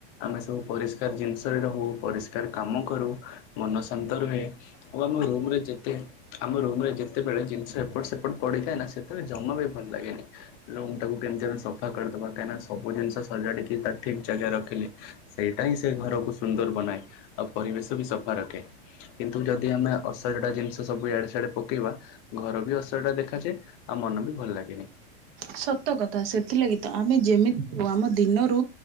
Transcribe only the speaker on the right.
ସତ କଥା ସେଥିଲାଗି ତ ଆମେ ଯେମିତି ଆମ ଦିନରୁ